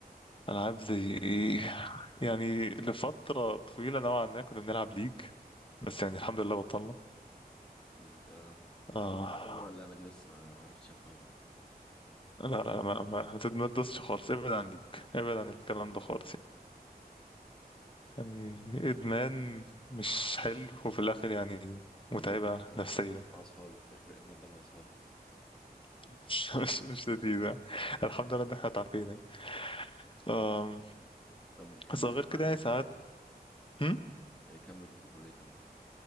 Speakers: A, on the left (about 30°); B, in the centre.
A: الألعاب زي إيه يعني لفترة طويلة نوعا ما كنا بنلعب ليج بس يعني الحمد لله بطلنا
B: إيه، آه. حاولت
A: آه
B: ألعبها مرة اللعبة دي بس ما ما عرفتش أفهمها
A: لا لا لا، ما ما ما تدوسش خالص ابعد عن ديك ابعد عن الكلام ده خالص يعني يعني إدمان مش حلو وفي الآخر يعني متعبة
B: كنت بشوف أنا
A: نفسيا
B: كنت مع أصحابي كنت بشوف الإدمان ده مع أصحابي
A: <laughs> مش مش مش لذيذة يعني. الحمد لله إن احنا تعافينا يعني آم،
B: طب بتحب
A: بس غير
B: تسمع
A: كده يعني
B: أغاني؟
A: ساعات هم؟
B: <laughs> إيه، كمل كنت بتقول إيه كمل